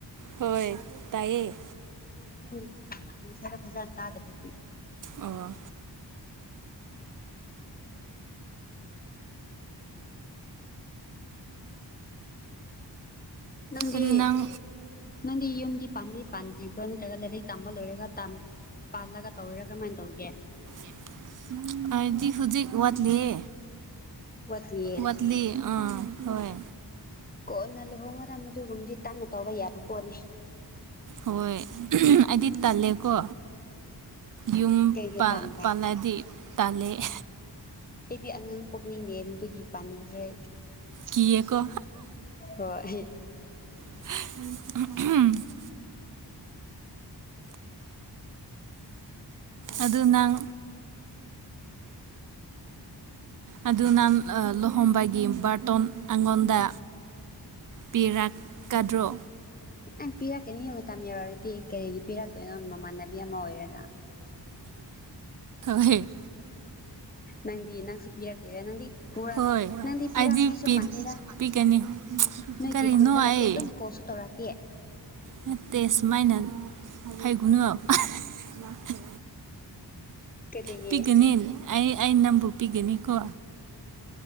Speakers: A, on the right; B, on the left.
A: ꯍꯣꯏ ꯇꯥꯏꯌꯦ
B: ꯎꯝ <unintelligible> ꯉꯁꯥꯏꯅ ꯐꯖꯟ ꯇꯥꯗꯕꯒꯤ
A: ꯑꯣ
B: ꯅꯪꯗꯤ
A: ꯑꯗꯨꯗꯤ ꯅꯪ
B: ꯅꯪꯗꯤ ꯌꯨꯝꯗꯤ ꯄꯥꯟꯗꯤ ꯄꯥꯟꯗ꯭ꯔꯤꯕ꯭ꯔꯥ ꯅꯠꯇ꯭ꯔꯒ ꯂꯥꯏꯔꯤꯛ ꯇꯝꯕ ꯂꯣꯏꯔꯒ ꯇꯝ ꯄꯥꯜꯂꯒ ꯇꯧꯔꯤꯔ ꯀꯔꯝꯃꯥꯏꯟ ꯇꯧꯔꯤꯒꯦ
A: <unintelligible> ꯍꯧꯖꯤꯛ ꯍꯧꯖꯤꯛ ꯋꯥꯠꯂꯤꯌꯦ
B: ꯋꯥꯠꯂꯤꯌꯦ
A: ꯋꯥꯠꯂꯤ ꯑꯥ ꯍꯣꯏ
B: ꯀꯣꯟꯅ ꯂꯨꯍꯣꯡꯉꯔ ꯃꯗꯨꯒꯨꯝꯕꯗꯤ ꯇꯟꯅ ꯇꯧꯕ ꯌꯥꯕ ꯄꯣꯠꯅꯤ
A: ꯑꯍꯣꯏ ꯑꯩꯗꯤ ꯇꯜꯂꯦꯀꯣ ꯌꯨꯝ
B: ꯀꯩꯒꯤ
A: ꯄꯥꯜ
B: ꯇꯥꯟꯕ
A: ꯄꯥꯜꯂꯗꯤ ꯇꯜꯂꯦꯍꯦ
B: ꯑꯩꯗꯤ ꯑꯉꯥꯡ ꯄꯣꯛꯅꯤꯡꯗꯦ ꯃꯗꯨꯒꯤ ꯄꯥꯅꯤꯡꯗ꯭ꯔꯦ
A: ꯀꯤꯌꯦꯀꯣ
B: ꯍꯣꯏ
A: <unintelligible> <unintelligible> ꯑꯗꯨ ꯅꯪ ꯑꯗꯨ ꯅꯪ ꯑ ꯂꯨꯍꯣꯡꯕꯒꯤ ꯕꯥꯔꯇꯣꯟ ꯑꯩꯉꯣꯟꯗ ꯄꯤꯔꯥꯠ ꯀꯥꯗ꯭ꯔꯣ
B: ꯑꯥꯏꯝ ꯄꯤꯔꯛꯀꯅꯤꯍꯦ ꯃꯇꯝ ꯌꯧꯔꯛꯔꯗꯤ ꯀꯔꯤꯒꯤ ꯄꯤꯔꯛꯇꯣꯏꯅꯣ ꯃꯃꯥꯟꯅꯕꯤ ꯑꯃ ꯑꯣꯏꯔꯒ
A: ꯍꯣꯏ
B: ꯅꯪꯗꯤ ꯅꯪꯁꯨ ꯄꯤꯔꯛꯇꯣꯏꯔ ꯅꯪꯗꯤ ꯄꯨꯔꯛ
A: ꯍꯣꯏ
B: ꯅꯪꯗꯤ ꯄꯤꯔꯛꯅꯤꯡꯉꯥꯏꯁꯨꯨ
A: ꯑꯩꯗꯤ
B: ꯃꯥꯟꯗꯦꯗ
A: ꯄꯤꯒꯅꯤ
B: ꯅꯣꯏꯒꯤ
A: ꯀꯔꯤꯅꯣ
B: ꯈꯨꯟ ꯆꯠꯂꯗꯤ
A: ꯑꯩ
B: ꯑꯗꯨꯝ ꯀꯣꯜꯁꯨ ꯇꯧꯔꯛꯇꯦ
A: ꯅꯠꯇꯦ ꯁꯨꯃꯥꯏꯅꯟ ꯍꯥꯏꯒꯨꯅ <unintelligible>
B: ꯀꯔꯤꯒꯤ
A: ꯄꯤꯒꯅꯤꯟ ꯑꯩ ꯑꯩ ꯅꯪꯕꯨ ꯄꯤꯒꯅꯤꯀꯣ